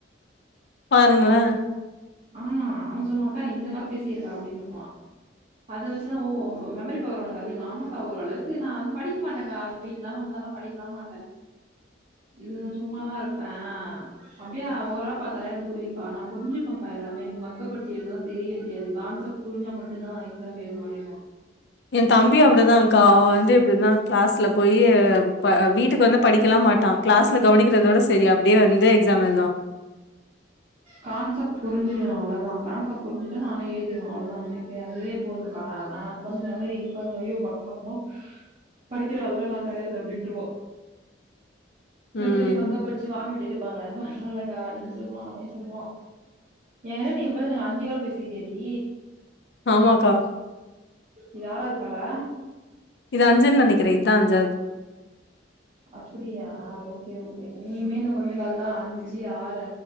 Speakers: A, on the left; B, on the right.
A: பாருங்களே
B: ஆமா அவெ சொல்லுவா அக்கா நீ இத்தன கால பேசிருக்க அப்பிடின்னுவா அத வச்சுதா ஓ மெமரி பவர் உனக்கு அதிகோ ஆமக்கா ஓரளவுக்கு நா வந்து படிக்க மாட்டேக்கா வீட்டுல்லா வந்தாலா படிக்கெல்லா மாட்ட இது நா சும்மாதா இருப்ப அப்டியா அ ஓராலா பாத்தாலே எனக்கு புரியுக்கா நா புரிஞ்சுப்பங் கா எல்லாமே எனக்கு மக்கப் படிச்சு எழுதலா தெரியவே தெரியாது கான்செப்ட் புரிஞ்சா மட்டுந்தா எக்ஸாமே எழுதுவே அப்டின்னுவா
A: என் தம்பியு அப்டிதான்க்கா அவெ வந்து எப்டினா கிளாஸ்ல போய் ப வீட்டுக்கு வந்து படிக்கலா மாட்டா கிளாஸ்ல கவனிக்கிறதோட சரி அப்டியே வந்து எக்ஸாம் எழுதுவா
B: கான்செப்ட் புரிஞ்சிடுவே அவ்ளோதா கான்செப்ட் புரிஞ்சிட்ட நானே எழுதிடுவே அவ்ளோதா எனக்கு அதுவே போதுக்கா நா உக்காந்து மெமரி உக்காந்து ஐயோ பக்கம் பக்கமா படிக்கிற ஆள்லா நா கெடையாது அப்டின்றுவா
A: ம்.
B: மெமரி மக்கப் படிச்சு வாமிவிட்டு எடுப்பாங்களா அது மாரில்லா இல்லக்கா அப்டின்னு சொல்லுவா அவே சொல்லுவா ஏன்கிட்ட நீ இப்பதான அஞ்சு கால் பேசிட்டியாடி
A: ஆமாக்கா
B: இது ஆறாவ்து காலா
A: இது அஞ்சுன் நெனைக்கிறே இதா அஞ்சாவ்து
B: அப்புடியா ஓகே ஓகே இனிமே இன்னு கொஞ்ச கால்தா அஞ்சு ஆறு